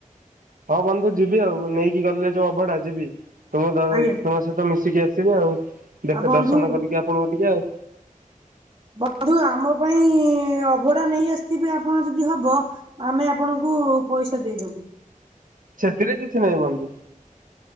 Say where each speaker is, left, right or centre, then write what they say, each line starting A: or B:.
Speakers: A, on the right (about 80°); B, on the right (about 35°).
A: ହଁ ବନ୍ଧୁ ଯିବି ଆଉ ନେଇକି ଗଲେ ଯୋଉ ଅଭଢା ଯିବି। ତୁମ ଦ
B: ଆଜ୍ଞା
A: ତୁମ ସହିତ ମିଶିକି ଆସିବି ଆଉ ଦେଖା
B: ଆଉ ବନ୍ଧୁ
A: ଦର୍ଶନ କରିକି ଆପଣଙ୍କୁ ଟିକେ ଆଉ।
B: ବନ୍ଧୁ ଆମ ପାଇଁ ଅଭଡା ନେଇ ଆସିଥିବେ ଆପଣ ଯଦି ହବ। ଆମେ ଆପଣଙ୍କୁ ପଇସା ଦେଇଦବୁ।
A: ସେଥିରେ କିଛି ନାହିଁ ବନ୍ଧୁ।